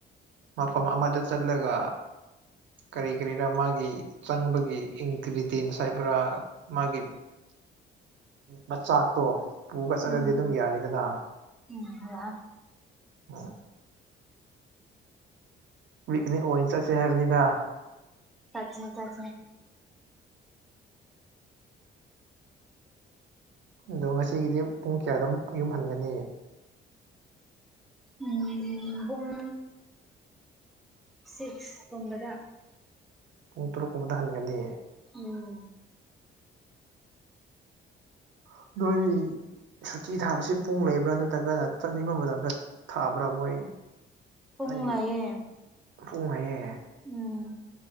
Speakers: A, on the right; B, in the centre.
A: ꯃꯐꯝ ꯑꯃꯗ ꯆꯠꯂꯒ ꯀꯔꯤ ꯀꯔꯤꯔꯥ ꯃꯥꯒꯤ ꯆꯪꯕꯒꯤ ꯏꯟꯒ꯭ꯔꯤꯗꯦꯟꯁ ꯍꯥꯏꯕ꯭ꯔꯥ ꯃꯥꯒꯤ ꯃꯆꯥꯛꯇꯣ ꯄꯨꯒ ꯆꯠꯂꯗꯤ
B: ꯎꯝ
A: ꯑꯗꯨꯝ ꯌꯥꯅꯤꯗꯅ
B: ꯎꯝ ꯌꯥꯏ
A: ꯎꯝ ꯋꯤꯛꯅꯤ ꯑꯣꯏꯅ ꯆꯠꯁꯦ ꯍꯥꯏꯕꯅꯤꯗ
B: ꯆꯠꯁꯦ ꯆꯁꯦ
A: ꯑꯗꯣ ꯉꯁꯤꯒꯤꯗꯤ ꯄꯨꯡ ꯀꯌꯥꯗ ꯑꯃꯨꯛ ꯌꯨꯝ ꯍꯟꯒꯅꯤ
B: ꯎꯝ ꯄꯨꯡ ꯁꯤꯛꯁ ꯀꯨꯝꯕꯗ
A: ꯄꯨꯡ ꯇꯔꯨꯛꯀꯨꯝꯕꯗ ꯍꯟꯒꯅꯤ
B: ꯎꯝ
A: ꯅꯣꯏ ꯁꯨꯇꯤ ꯊꯥꯕꯁꯤ ꯄꯨꯡ ꯂꯩꯕ꯭ꯔꯥ ꯅꯠꯇ꯭ꯔꯒꯅ ꯆꯠꯅꯤꯡꯕ ꯃꯇꯝꯗ ꯊꯥꯕ꯭ꯔꯥ ꯃꯣꯏ
B: ꯄꯨꯡ
A: ꯅꯪꯒꯤ
B: ꯂꯩꯌꯦ
A: ꯄꯨꯡ ꯑꯍꯦ
B: ꯎꯝ